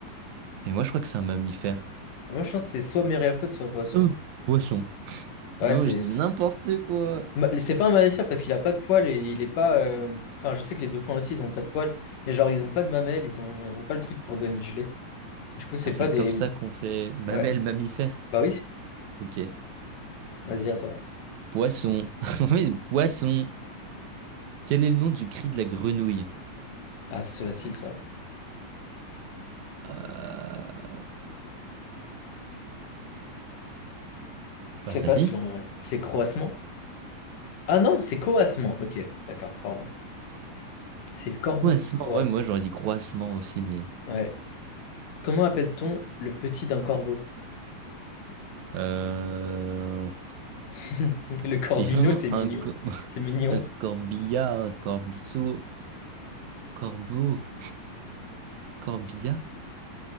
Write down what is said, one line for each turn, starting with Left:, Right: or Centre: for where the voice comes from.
Right: Mais moi, je crois que c'est un mammifère.
Left: Moi, je pense que c'est soit myriapode, soit poisson.
Right: Euh, poisson.
Left: Ouais,
Right: Bon,
Left: c'est.
Right: je dis n'importe quoi.
Left: Ma- C'est pas un mammifère parce qu'il a pas de poils et il est pas. euh, Enfin, je sais que les dauphins aussi, ils ont pas de poils, mais genre, ils ont pas de mamelles, ils ont, ils ont pas le truc pour donner du lait. Du coup, c'est
Right: Ah, c'est
Left: pas
Right: comme
Left: des.
Right: ça qu'on fait mamelle
Left: Ouais,
Right: mammifère.
Left: bah oui,
Right: Ok.
Left: vas-y à toi.
Right: Poisson. <laughs> Oui, poisson. Quel est le nom du cri de la grenouille?
Left: Ah, c'est facile ça.
Right: Euh... Bah,
Left: C'est
Right: vas-y.
Left: facile en vrai. C'est croassement? Ah non, c'est coassement. Ok, d'accord, pardon. C'est le corbeau
Right: Croassement.
Left: qui croasse.
Right: Ouais, moi, j'aurais dit croassement aussi, mais...
Left: Ouais. Comment appelle-t-on le petit d'un corbeau?
Right: Euh...
Left: <laughs> Le corbeau
Right: Il y a vraiment
Left: c'est mignon.
Right: un, cor- <laughs>
Left: C'est mignon.
Right: un corbillard, un corbiceau, un corbeau, un corbillard,